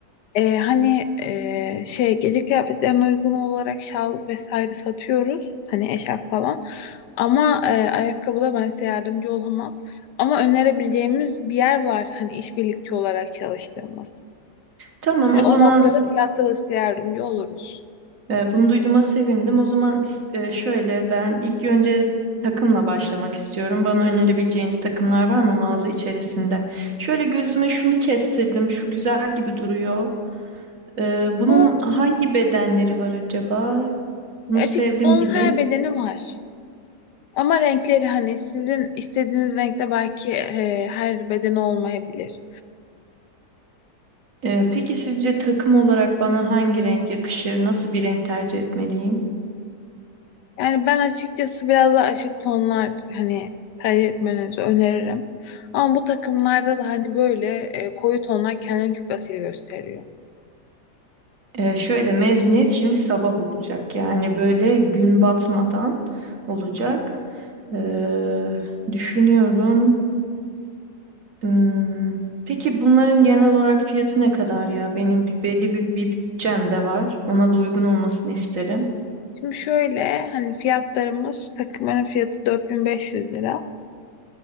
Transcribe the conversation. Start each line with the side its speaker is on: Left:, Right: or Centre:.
Left: e, hani e, şey gece kıyafetlerine uygun olarak şal vesaire satıyoruz. Hani eşarp falan. Ama e, ayakkabıda ben size yardımcı olamam. Ama önerebileceğimiz bir yer var. Hani işbirlikçi olarak çalıştığımız.
Right: Tamam,
Left: Hı Yani
Right: o
Left: o
Right: zaman
Left: noktada fiyatta da size yardımcı oluruz.
Right: Ee, bunu duyduğuma sevindim. O zaman is- e, şöyle ben ilk önce takımla başlamak istiyorum. Bana önerebileceğiniz takımlar var mı mağaza içerisinde? Şöyle gözüme şunu kestirdim. Şu güzel gibi duruyor. Ee, bunun
Left: O
Right: hangi bedenleri var acaba? Bunu
Left: açık
Right: sevdim
Left: onun
Right: gibi.
Left: her bedeni var. Ama renkleri hani sizin istediğiniz renkte belki e, her beden olmayabilir.
Right: Ee, peki sizce takım olarak bana hangi renk yakışır? Nasıl bir renk tercih etmeliyim?
Left: Yani ben açıkçası biraz daha açık tonlar hani tercih etmenizi öneririm. Ama bu takımlarda da hani böyle e, koyu tonlar kendini çok asil gösteriyor.
Right: Ee, şöyle mezuniyet şimdi sabah olacak. Yani böyle gün batmadan olacak. Ee, düşünüyorum. Hmm, Peki bunların genel olarak fiyatı ne kadar ya? Benim bir belli bir, bir bütçem de var. Ona da uygun olmasını isterim.
Left: Şimdi şöyle hani fiyatlarımız takımların fiyatı 4500 lira.